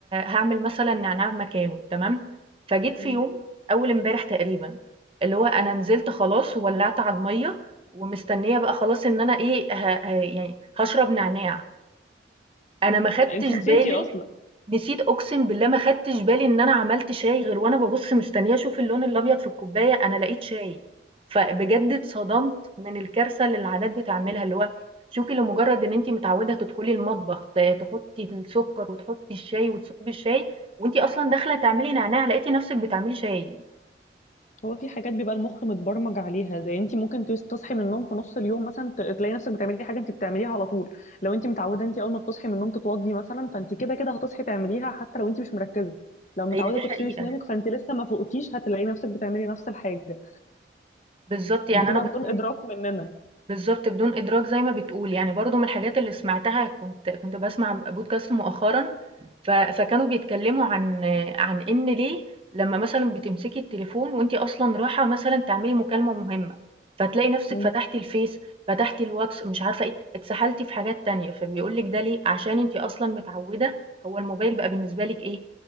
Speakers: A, on the right; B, on the left.
A: هاعمل مثلًا نعناع مكانه تمام، فجيت في
B: مم.
A: يوم أول امبارح تقريبًا، اللي هو أنا نزلت خلاص وولّعت على المَيّة ومستنية بقى خلاص إن أنا إيه، ه ه يعني هاشرب نعناع، أنا
B: مم.
A: ما خدتش
B: انتي نسيتي
A: بالي
B: أصلا
A: نسيت أقسم بالله ما خدتش بالي إن أنا عملت شاي غير وأنا بابُص مستنية أشوف اللون الأبيض في الكوباية، أنا لقيت شاي، فبجد اتصدمت من الكارثة اللي العادات بتعملها، اللي هو شوفي لمجرد إن أنتِ متعودة تدخلي المطبخ ت تحطي السكر وتحطي الشاي وتصُبّي الشاي وأنتِ أصلًا داخلة تعملي نعناع لقيتِ نفسِك بتعملي شاي،
B: هو في حاجات بيبقى المخ متبرمج عليها زي انتي ممكن تس- تصحي من النوم في نص اليوم مثلا ت- تلاقي نفسك بتعملي حاجة انتي بتعمليها على طول لو انتي متعودة انتي أول ما بتصحي من النوم تتوضي مثلا فانتي كده كده هتصحي تعمليها حتى لو انتي مش مركزة لو متعودة
A: هي دي
B: تغسلي
A: حقيقة،
B: أسنانك فانتي لسه ما فوقتيش هتلاقي نفسك بتعملي نفس الحاجة
A: بالضبط يعني
B: بتبقى
A: أنا برضه
B: بدون إدراك مننا
A: بالضبط بدون إدراك زي ما بتقول، يعني برضه من الحاجات اللي سمعتها كنت كنت باسمع بودكاست مؤخرًا ف فكانوا بيتكلموا عن عن إن ليه لمّا مثلًا بتمسكي التليفون وأنتِ أصلًا رايحة مثلًا تعملي مكالمة مهمة، فتلاقي نفسِك
B: مم.
A: فتحتِ الفيس، فتحتِ الواتس، مش عارفة إيه، اتسحلتِ في حاجات تانية، فبيقول لِك ده ليه، عشان أنتِ أصلًا متعودة هو الموبايل بقى بالنسبة لِك إيه،